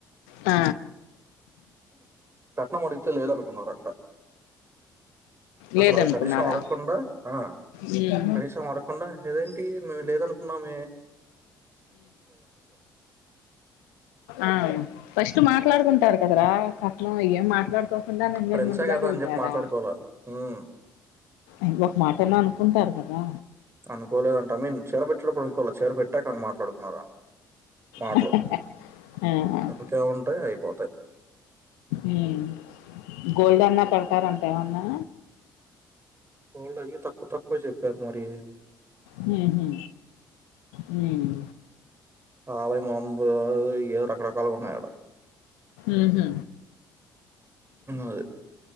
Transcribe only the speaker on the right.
కట్న అడిగితే లేద అనుకున్నారంట అసలు
అవి కనీసం ఆడకుండా ఆ
కనీసం ఆడకుండా ఏదేంటి మేము లేదనుకో నామ
ఫ్రెండ్సే కదా
అని చెప్పి మాట్లాడుకోవాలా ఉమ్,
అనుకోలేదంట ఐ మీన్ చీర పెట్టేటప్పుడు అనుకోల చీర పెట్టాక అన్నీ మాట్లాడుకున్నారంట మాటలు
ఇంకేముంటాయి అయిపోతాయి
వాళ్ళ అయ్యా తక్కువ తక్కువే చెప్పారు మరి
ఆలయ <unintelligible> ఏవో రకరకాలుగా ఉన్నాయ
అది